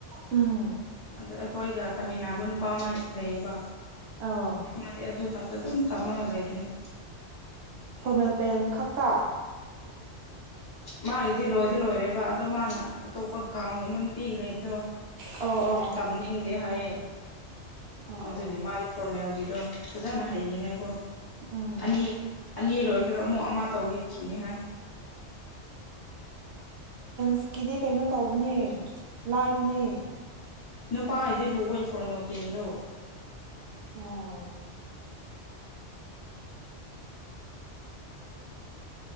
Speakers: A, on the right; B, on the left.
A: ꯎꯝ
B: ꯑꯗ ꯑꯩꯈꯣꯏꯒ ꯇꯥꯃꯤꯟꯅꯕ ꯅꯨꯄꯥ ꯑꯃ ꯂꯩꯌꯦꯕ
A: ꯑꯧ
B: ꯃꯥꯗꯤ ꯑꯗꯨ ꯈꯛꯇ ꯑꯗꯨꯝ ꯇꯝꯃꯒ ꯂꯩꯕꯅꯤ
A: ꯐꯣꯔꯃꯦꯜ ꯄꯦꯟ ꯈꯛꯇ
B: ꯃꯥꯒꯤꯗꯤ ꯂꯣꯏꯗꯤ ꯂꯣꯏꯔꯦꯕ ꯑꯗꯣ ꯃꯥꯅ ꯑꯇꯣꯞꯄ ꯒꯥꯎꯟꯒꯨꯝꯕ ꯅꯨꯄꯤꯒꯤ ꯂꯩꯕꯗꯣ
A: ꯑꯣ ꯑꯣ ꯑꯣ
B: ꯇꯝꯅꯤꯡꯗꯦ ꯍꯥꯏꯌꯦ
A: ꯑꯥ
B: ꯑꯗꯨꯒꯤ ꯃꯥꯗꯤ ꯐꯣꯔꯃꯦꯜꯒꯤꯗꯣ ꯐꯖꯅ ꯍꯩꯅꯤꯡꯉꯥꯏꯀꯣ
A: ꯎꯝ
B: ꯑꯅꯤ ꯑꯅꯤ ꯂꯣꯏꯈ꯭ꯔ ꯑꯃꯨꯛ ꯑꯃ ꯇꯧꯋꯤꯈꯤꯅꯤ ꯍꯥꯏ
A: ꯁꯀꯤꯗꯤ ꯀꯩꯅꯣ ꯇꯧꯕꯅꯦ ꯂꯥꯏꯕꯅꯦ
B: ꯅꯨꯄꯥ ꯍꯥꯏꯗꯤ <unintelligible> ꯐꯣꯔꯃꯦꯜ ꯄ꯭ꯂꯦꯟꯗꯣ
A: ꯑꯣ